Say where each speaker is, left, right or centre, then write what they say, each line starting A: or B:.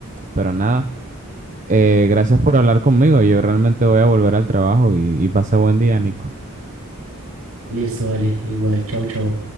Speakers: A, on the right (about 35°); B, on the right (about 75°).
A: Pero nada, eh, gracias por hablar conmigo. Yo realmente voy a volver al trabajo y, y pasa buen día, Nico.
B: Listo, vale, igual, chao, chao.